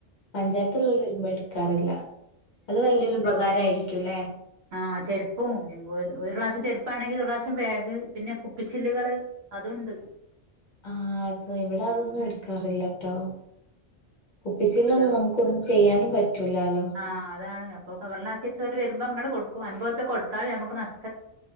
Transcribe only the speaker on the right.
ആ ചെരുപ്പും ഒരു പ്രാവശ്യ ചെരുപ്പാണെങ്കിൽ ഒരു പ്രാവശ്യം ബാഗ് പിന്നെ കുപ്പിച്ചില്ലുകള് അതുണ്ട്
ഉം
ഓരോ
ആഹ് അതാണ് അപ്പ കവറലാക്കിയ ചോര് വരുമ്പോ അങ്ങടെ കൊടുക്കും അൻപോ കൊടുത്താൽ നമുക്ക് നഷ്